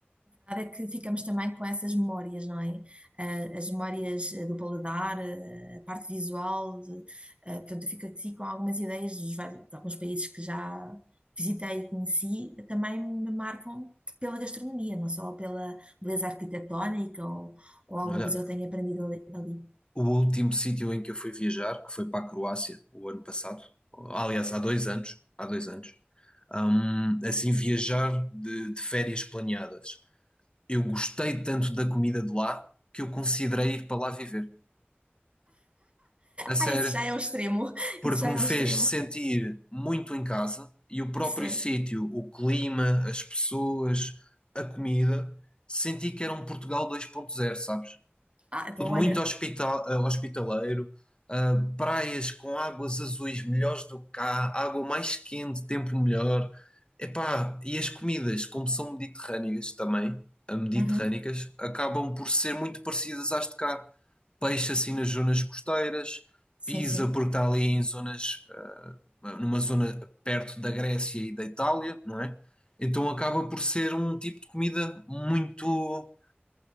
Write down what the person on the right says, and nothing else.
verdade é que ficamos também com essas memórias, não é? Ah, As memórias eh, do paladar, eh, a parte visual, de, ah, portanto, eu fico aqui com algumas ideias dos vários- de alguns países que já visitei e conheci, também me marcam pela gastronomia, não só pela beleza arquitetónica ou, ou alguma
coisa que eu tenha aprendido ali. ali.
Ah, isso já é o extremo, <laughs>
isso já
é
o extremo.
Ah, sério.
Ah, então
olha.
Uhum.
Sim,
sim.